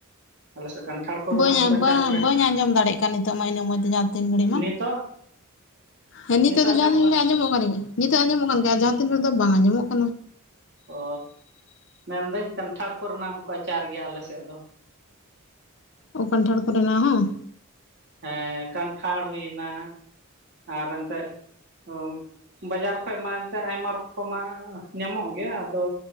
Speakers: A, on the right (about 55°); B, on the left (about 60°).
A: ᱟᱞᱮ ᱥᱮᱫ ᱠᱟᱱᱴᱷᱟᱲ ᱠᱚᱨᱮᱱᱟᱜ
B: ᱵᱟᱹᱧ
A: ᱦᱚᱸᱠᱚ
B: ᱟ
A: ᱟᱪᱟᱨ ᱵᱟᱲᱟᱭᱟ
B: ᱵᱟᱹᱧ ᱟᱸᱡᱚᱢ ᱫᱟᱲᱮᱭᱟᱜ ᱠᱟᱱ ᱱᱤᱛᱚᱜ ᱢᱟ ᱤᱱᱟᱹ ᱢᱚᱪ ᱛᱮ ᱡᱟᱦᱟᱸ ᱛᱤᱱ ᱜᱷᱟᱹᱲᱤᱡ ᱢᱟ᱾
A: ᱱᱤᱛᱚᱜ
B: ᱦᱮᱸ ᱱᱤᱛᱳᱜ
A: ᱱᱤᱛᱚᱜ
B: ᱫᱚ ᱡᱟᱦᱟᱸ ᱛᱤᱱ
A: ᱠᱟᱱᱟ
B: ᱜᱮ ᱟᱸᱡᱚᱢᱚᱜ ᱠᱟᱱ ᱜᱮᱭᱟ ᱱᱤᱛᱚᱜ ᱫᱚ ᱟᱸᱡᱚᱢᱚᱜ ᱠᱟᱱ ᱜᱮᱭᱟ᱾ ᱡᱟᱦᱟᱸ ᱛᱤᱱ ᱨᱮ ᱫᱚ ᱵᱟᱝ ᱟᱸᱡᱚᱢᱚᱜ ᱠᱟᱱᱟ᱾
A: ᱚ ᱢᱮᱱᱫᱟᱹᱧ ᱠᱟᱱᱴᱷᱟᱲ ᱠᱚᱨᱮᱱᱟ ᱦᱚᱸᱠᱚ ᱟᱪᱟᱨ ᱜᱮᱭᱟ ᱟᱞᱮ ᱥᱮᱫ ᱫᱚ᱾
B: ᱚ ᱠᱟᱱᱴᱷᱟᱲ ᱠᱚᱨᱮᱱᱟᱜ ᱦᱚᱸ
A: ᱦᱮᱸ ᱠᱟᱱᱴᱷᱟᱲ ᱦᱩᱭᱱᱟ ᱟᱨ ᱮᱱᱛᱮᱫ ᱚ ᱵᱟᱡᱟᱨ ᱠᱷᱚᱡ ᱢᱟ ᱮᱱᱛᱮᱫ ᱟᱭᱢᱟ ᱨᱚᱠᱚᱢᱟᱜ ᱧᱟᱢᱚᱜ ᱜᱮᱭᱟ ᱟᱫᱚ